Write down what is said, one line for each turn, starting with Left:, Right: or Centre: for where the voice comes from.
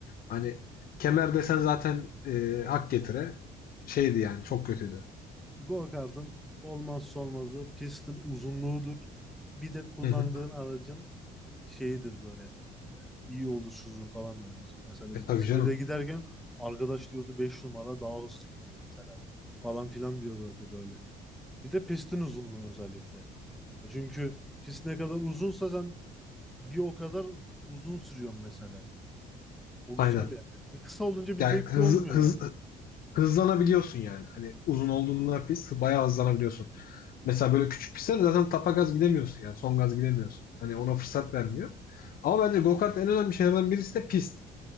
Left: Hani kemer desen zaten e, hak getire. Şeydi yani çok kötüydü.
Centre: Go-kart'ın olmazsa olmazı pistin uzunluğudur. Bir de kullandığın
Left: Hı hı.
Centre: aracın şeyidir böyle e, iyi oluşuzu falan böyle. Biz, mesela
Left: E
Centre: biz
Left: tabii
Centre: İzmir'de
Left: canım.
Centre: giderken arkadaş diyordu 5 numara daha hızlı gidiyor mesela falan filan diyordu böyle. Bir de pistin uzunluğu özellikle. Ya Çünkü pist ne kadar uzunsa sen bir o kadar uzun sürüyorsun mesela. O
Left: Aynen.
Centre: güzel yani. Bir kısa olunca bir
Left: Yani
Centre: zevkli
Left: hız,
Centre: olmuyor
Left: hız,
Centre: yani.
Left: hızlanabiliyorsun yani. Hani uzun olduğunda pist bayağı hızlanabiliyorsun. Mesela böyle küçük pistlerde zaten tapa gaz gidemiyorsun yani. Son gaz gidemiyorsun. Hani ona fırsat vermiyor. Ama bence go-kart en önemli şeylerden birisi de pist.